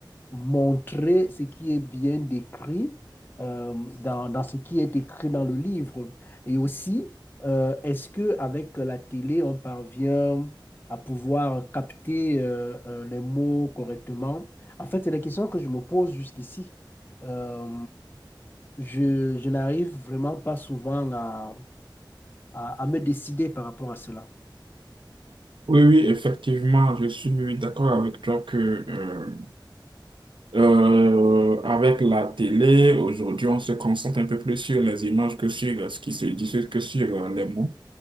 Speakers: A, on the left; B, on the right.
A: montrer ce qui est bien décrit euh, dans, dans ce qui est écrit dans le livre? Et aussi, euh, est-ce que avec la télé, on parvient à pouvoir capter euh, euh, les mots correctement. En fait, c'est la question que je me pose jusqu'ici. Euh, je, je n'arrive vraiment pas souvent à, à, à me décider par rapport à cela.
B: Oui, oui, effectivement, je suis d'accord avec toi que euh, euh, avec la télé, aujourd'hui, on se concentre un peu plus sur les images que sur euh, ce qui se dit que sur euh, les mots.